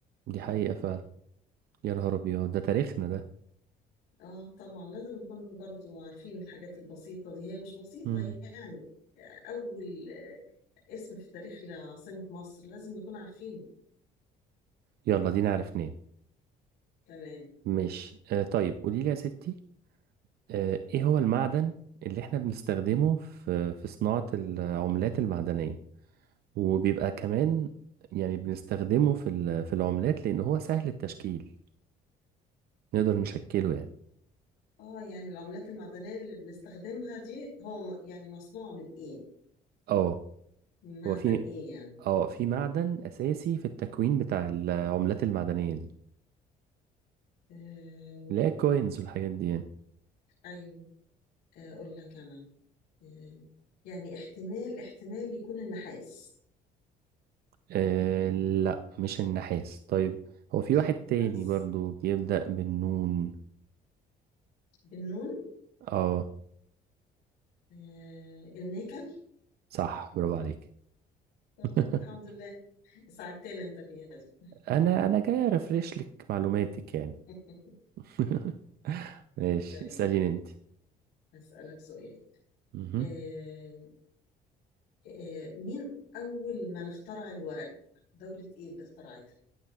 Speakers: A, on the right; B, on the left.
A: دي
B: مم.
A: حقيقة فعلا يا نهار أبيض ده تاريخنا ده
B: اه طبعا لازم نكون برضو عارفين الحاجات البسيطة دي هي مش بسيطة
A: مم.
B: يعني أول آه، اسم في التاريخ لعاصمة مصر لازم نكون عارفينه
A: يلا دي نعرف منين
B: تمام
A: ماشي أه طيب قوليلي يا ستي آه، ايه هو المعدن اللي احنا بنستخدمه في في صناعة العملات المعدنية وبيبقى كمان يعني بنستخدمه في ال- في العملات لان هو سهل التشكيل نقدر نشكله يعني
B: اه يعني العملات المعدنية اللي بنستخدمها دي هو م- يعني مصنوعة من ايه
A: اه
B: معدن
A: هو في
B: ايه يعني
A: اه في معدن اساسي في التكوين بتاع العملات المعدنية دي
B: آه...
A: اللي هي الكوينز والحاجات دي يعني
B: ايوه آه، اقول لك انا آه... يعني احتمال احتمال يكون النحاس
A: آه لا مش النحاس طيب هو في
B: مش
A: واحد
B: النحاس
A: تاني برضو بيبدأ بالنون
B: بالنون
A: اه
B: آه... النيكل
A: صح برافو عليك
B: آه،
A: <laughs>
B: الحمد لله ساعدتني انت فيها دي
A: انا انا جاي ارفرش لك معلوماتك يعني
B: <laughs>
A: <laughs> ماشي
B: تمام
A: اساليني انت
B: هسألك سؤال
A: مهم.
B: آه... آه... مين اول من اخترع الورق دولة ايه اللي اخترعتها